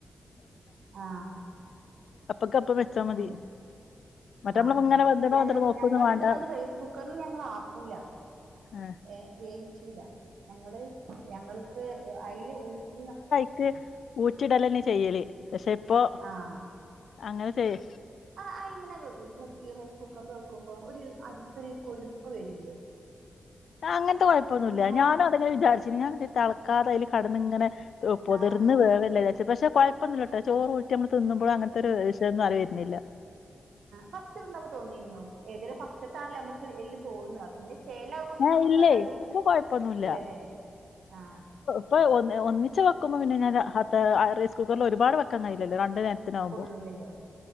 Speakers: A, on the right; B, on the left.
A: ആഹ്
B: അപ്പക്കപ്പം വെച്ചാ മതി
A: ആഹ്
B: മറ്റേ നമ്മള്
A: ആ
B: ഇങ്ങനെ വെന്തണോ
A: ഞങ്ങ
B: വെന്തണോ നോക്കൊന്നും
A: ഞങ്ങ
B: വേണ്ട
A: ഇത് <unintelligible> കുക്കറിൽ ഞങ്ങ ആക്കൂല
B: ആഹ്
A: ഏ വേവിച്ചൂല ഞങ്ങള് ഞങ്ങൾക്ക് അതിൽ ഊറ്റിയ ഏ
B: ക്ക്‌ ഊറ്റിടല് ന്നെ ചെയ്യല് പക്ഷെ ഇപ്പോ
A: ആഹ്
B: അങ്ങനെ ചെയ്യ്
A: ആ ഇങ്ങനെ ഈ റൈസ് കുക്കറിൽ വെക്കുമ്പോ ഒരു അരിക്കൊരു കൊഴുപ്പ് വെരില്ലേ
B: ആ അങ്ങനത്തെ കുഴപ്പൊന്നുല്ല
A: അങ്ങനെ
B: ഞാനും അതങ്ങനെ വിചാരിച്ചി ഞാനൻ തളക്കാത അതിൽ കടന്ന് ഇങ്ങനെ ഓ പൊതിർന്ന്
A: ആ
B: വേവല്ലേ പക്ഷെ കുഴപ്പൊന്നില്ലട്ടോ ചോറ് ഊട്ടിമ്മ തിന്നുമ്പോഴും അങ്ങനത്തെ ഒരു വിഷംന്നും അറിയുന്നില്ല
A: ഫസ്റ്റ് <unintelligible> തോന്നിന്യോ എതിൽ ഫസ്റ്റ് താണല്ലോ മ്മക്ക് എല്ലു തോന്ന്യ പിന്നെ ചേലാകുമ്പോ പിന്നെ
B: ഏ
A: നമ്മക്ക്
B: ഇല്ലേ
A: അതാണ്ട്
B: ഇപ്പൊ കൊഴപ്പൊന്നുല്ല
A: ഇല്ലല്ലേ ആ
B: ഇപ്പ ഒ ഒന്നിച്ച് വെക്കുമ്പോൾ പിന്നെ ഞാൻ അ റൈസ് കുക്കറിൽ ഒരുപാട് വക്കാൻ കഴിയില്ലോ രണ്ട് നേര വുമ്പോ
A: കൊള്ളൂലല്ലോ